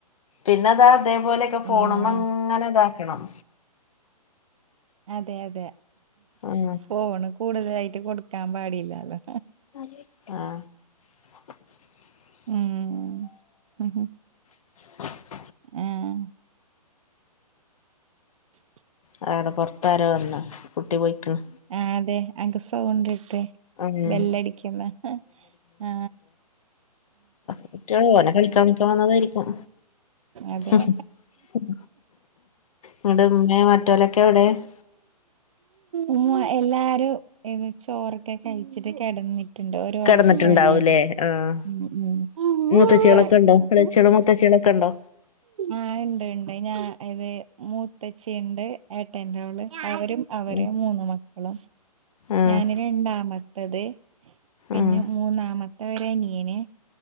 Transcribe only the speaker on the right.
ആഹ്
അതെ അതെ
ഫോണ് കൂടുതലായിട്ട് കൊടുക്കാൻ പാടില്ലാലോ
ഉം
ആഹ് ച്
ആഹ് അതെ അൻ്റെ സൗണ്ട് ത്തെ
ബെല്ലടിക്കുന്ന ആഹ് ആ
അതെ
ഉമ്മ എല്ലാരും ഇവി ചോറൊക്കെ കയ്ച്ചിട്ട് കെടന്നി ട്ട്ണ്ട് ഒര്
ഒറക്കം ഉണ്ടല്ലോ
ഉം ഉം
ഉച്ച ഒറക്കം
ആഹ് ഉണ്ട് ഉണ്ട് ഞാ ഇത് മൂത്തച്ചി ഉണ്ട് ഏട്ടന്റോള് അവരും അവരെ
മൂന്ന് മക്കളും
ഞാന് രണ്ടാമത്തത് പിന്നെ
മൂന്നാമത്തെ ഒരനിയനെ